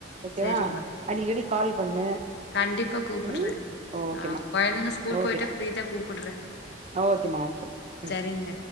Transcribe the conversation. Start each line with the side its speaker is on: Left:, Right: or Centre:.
Right: ஓகேவா
Left: சரிம்மா
Right: அடிக்கடி கால் பண்ணு
Left: கண்டிப்பா கூப்ட்றே
Right: ம் ஓகேமா
Left: ஆ கொழந்தைங்க ஸ்கூல்
Right: ஓகேடா
Left: போயிட்டா ஃப்ரீ தா கூப்ட்றே
Right: ஓகேமா ஓகேமா ம்
Left: சரிங்க